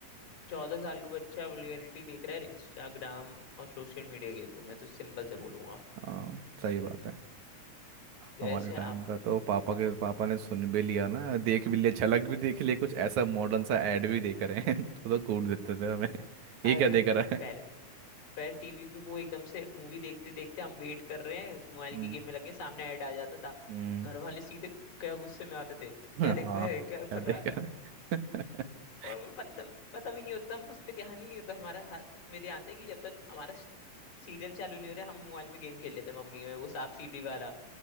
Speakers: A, on the left; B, on the right.
A: चौदह साल का बच्चा वल्गैरिटी देख रहा है इंस्टाग्राम और सोशल मीडिया के थ्रू मैं तो सिंपल
B: हम्म,
A: से बोलूंगा
B: हाँ सही बात है
A: जैसे
B: हमारे टाइम
A: आप
B: पे तो पापा के पापा ने सुन भी लिया ना देख भी लिया झलक भी देख लिया कुछ ऐसा मॉडर्न सा ऐड भी देख रहे हैं <laughs> तो तो कूट देते थे हमें <laughs> ये
A: अरे
B: क्या देख रहा है
A: पहले पर टीवी पे वो एकदम से मूवी देखते देखते हम वेट कर रहे हैं मोबाइल
B: हम्म
A: की गेम में लगे सामने ऐड आ जाता था
B: हम्म,
A: घर वाले सीधे क्या गुस्से में आते थे
B: <laughs>
A: क्या
B: हाँ
A: देखता है क्या
B: क्या
A: कर
B: देख
A: रहा है
B: रहा है <laughs>
A: और हमें मतलब पता भी नहीं होता था हम उस पर ध्यान ही नहीं होता हमारा हाथ में ध्यान था कि जब तक हमारा सीरियल चालू नहीं हो रहा हम मोबाइल में गेम खेल लेते हैं मम्मी में वो सांप सीढ़ी वाला